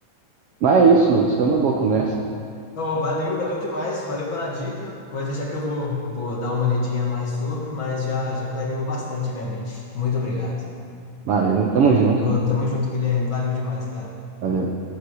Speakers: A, on the right (about 70°); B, on the left (about 45°).
A: Mas é isso, Lucas. Foi uma boa conversa.
B: Então, valeu, valeu demais, valeu pela dica. Pode deixar que eu vou, vou dar uma lidinha a mais sobre, mas já, já clareou bastante a minha mente. Muito obrigado.
A: Valeu, tamo junto,
B: Ô,
A: cara.
B: tamo junto, Guilherme. Valeu demais, cara.
A: Valeu.